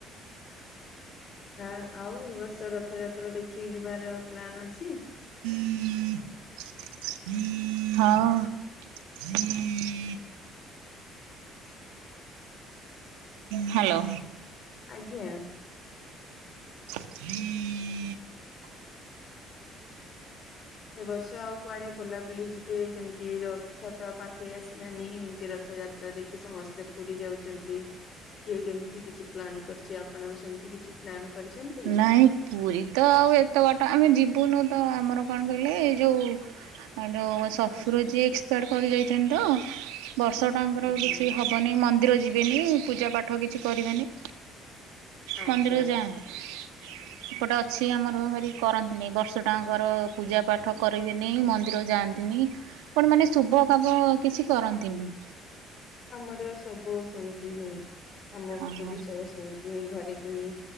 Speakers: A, on the left (about 50°); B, on the right (about 85°).
A: ଆ ଆଉ ଏ ବର୍ଷ ରଥଯାତ୍ରା ଦେଖିକି ଯିବାର ପ୍ଲାନ୍ ଅଛି?
B: <unintelligible> ହଁ <unintelligible> ହ୍ୟାଲୋ!
A: ଆଜ୍ଞା!
B: <unintelligible>
A: ଏବ ବର୍ଷ ଆଉ କୁଆଡେ ବୁଲାବୁଲି ଯିବେ ଯେମିତି ରଥ ତ ପା ଖେଇ ଆସିଲାନି ଏମିତି ରଥଯାତ୍ରା ଦେଖି ସମସ୍ତେ ପୁରୀ ଯାଉଛନ୍ତି। କିଏ କେମିତି କିଛି ପ୍ଲାନ୍ କରିଛି ଆପଣ ସେମିତି କିଛି ପ୍ଲାନ୍ କରିଛନ୍ତି?
B: ନାଇଁ ପୁରୀ ତ ଆଉ ଏତେ ବାଟ ଆମେ ଯିବୁନୁ ତ ଆମର କଣ କହିଲେ ଏଇ ଯଉ ଯଉ ଶଶୁର ଯିଏ ଏକ୍ସପାଡ୍ କରି ଯାଇଛନ୍ତି ତ ବର୍ଷଟାଙ୍କର
A: ଓହୋ
B: କିଛି ହବନି ମନ୍ଦିର ଯିବେନି ପୂଜା ପାଠ କିଛି କରିବେନି।
A: ଆଚ୍ଛା
B: ମନ୍ଦିର
A: ଆଛା
B: ଯାଆନି <inaudible> ଏପଟେ ଅଛି ଆମର ଭାରି କରନ୍ତିନି ବର୍ଷଟାଙ୍କର ପୂଜା ପାଠ କରିବେ ନେଇି ମନ୍ଦିର ଯାଆନ୍ତିନି। କଣ ମାନେ ଶୁଭ କାମ କିଛି କରନ୍ତିନି?
A: ଆମର ସବୁ ସେମିତି ହିଁ ଆମ
B: ଓହୋ।
A: ପଟେ ବି ସବୁ ସେମତି ହିଁ ଘରେ କି